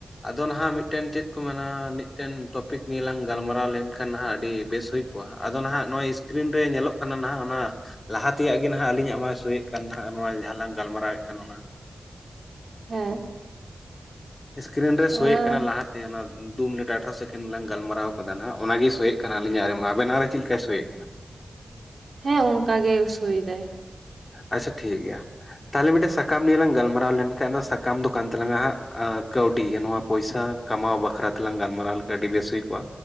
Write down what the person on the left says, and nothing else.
ᱟᱫᱚ ᱱᱟᱦᱟᱜ ᱢᱤᱫᱴᱮᱱ ᱪᱮᱫ ᱠᱚ ᱢᱮᱱᱟ ᱢᱤᱫᱴᱮᱱ ᱴᱚᱯᱤᱠ ᱱᱤᱭᱮ ᱞᱟᱝ ᱜᱟᱞᱢᱟᱨᱟᱣ ᱞᱮᱱᱠᱷᱟᱱ ᱱᱟᱟᱜ ᱟᱹᱰᱤ ᱵᱮᱥ ᱦᱩᱭᱩᱜ ᱟᱫᱚ ᱱᱟᱦᱟᱜ ᱱᱚᱜ-ᱚᱭ ᱥᱠᱨᱤᱱ ᱨᱮ ᱧᱮᱞᱚᱜ ᱠᱟᱱᱟ ᱱᱟᱦᱟᱜ ᱚᱱᱟ ᱞᱟᱦᱟ ᱛᱮᱭᱟᱜ ᱜᱮ ᱱᱟᱦᱟᱜ ᱟᱹᱞᱤᱧᱟᱜ ᱢᱟᱷ ᱥᱳᱭᱮᱫ ᱠᱟᱱ ᱦᱟᱸᱜ ᱱᱚᱣᱟ ᱡᱟᱦᱟᱸ ᱞᱟᱝ ᱜᱟᱞᱢᱟᱨᱟᱣᱮᱫ ᱠᱟᱱ ᱚᱱᱟ
ᱥᱠᱨᱤᱱ ᱨᱮ
ᱥᱳᱭᱮᱫ ᱠᱟᱱᱟ ᱞᱟᱦᱟᱛᱮ ᱚᱱᱟ ᱫᱩ ᱢᱤᱱᱤᱴ ᱟᱴᱨᱷᱚ ᱥᱮᱠᱮᱱᱰ ᱞᱟᱝ ᱜᱟᱞᱢᱟᱨᱟᱣ ᱠᱟᱫᱟ ᱱᱟᱜ ᱚᱱᱟᱜᱮ ᱥᱳᱭᱮᱜ ᱠᱟᱱᱟ ᱟᱹᱞᱤᱧᱟᱜ ᱨᱮᱢᱟ ᱟᱵᱮᱱᱟᱜ ᱨᱮ ᱪᱮᱫ ᱞᱮᱠᱟᱭ ᱥᱳᱭᱮᱫ ᱠᱟᱱᱟ?
ᱟᱪᱷᱟ ᱴᱷᱤᱠ ᱜᱮᱭᱟ᱾ ᱛᱟᱦᱚᱞᱮ ᱢᱤᱫᱴᱮᱡ ᱥᱟᱠᱟᱢ ᱱᱤᱭᱮ ᱞᱟᱝ ᱜᱟᱞᱢᱟᱨᱟᱣ ᱞᱮᱱᱠᱷᱟᱱ ᱥᱟᱠᱟᱢ ᱫᱚ ᱠᱟᱱ ᱛᱟᱞᱟᱝᱼᱟ ᱦᱟᱸᱜ ᱠᱟᱹᱣᱰᱤ ᱱᱚᱶᱟ ᱯᱚᱭᱥᱟ ᱠᱟᱢᱟᱣ ᱵᱟᱠᱷᱨᱟ ᱛᱮᱞᱟᱝ ᱜᱟᱞᱢᱟᱨᱟᱣ ᱞᱮᱠᱷᱟᱱ ᱟᱹᱰᱤ ᱵᱮᱥ ᱦᱩᱭ ᱠᱚᱼᱟ